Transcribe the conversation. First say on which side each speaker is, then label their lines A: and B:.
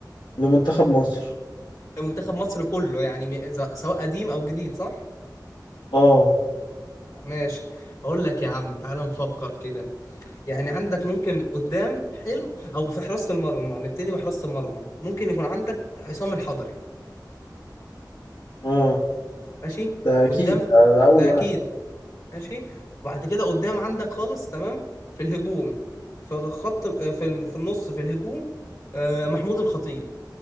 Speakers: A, on the left (about 80°); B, on the left (about 45°).
A: لمنتخب مصر
B: ده منتخب مصر كله يعني م- إذا- سواء قديم او جديد صح
A: اه
B: ماشي اقول لك يا عم تعال نفكر كده يعني عندك ممكن قدام حلو او في حراسة المرمى نبتدي بحراسة المرمى ممكن يكون عندك عصام الحضري
A: اه
B: ماشي
A: ده
B: قدام
A: اكيد ده, ده اول
B: ده
A: واحد
B: اكيد ماشي وبعد كده قدام عندك خالص تمام في الهجوم في خط في ال- في النص في الهجوم آه، محمود الخطيب